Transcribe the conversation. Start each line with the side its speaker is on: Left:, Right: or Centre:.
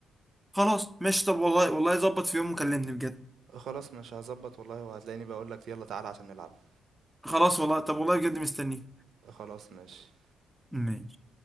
Centre: خلاص ماشي طب والله والله ظبط في يوم وكلمني بجد
Right: خلاص مش هظبط والله وهتلاقيني بقولك يلا تعالى عشان نلعبها
Centre: خلاص والله طب والله بجد مستنيك
Right: خلاص ماشي
Centre: ماشي.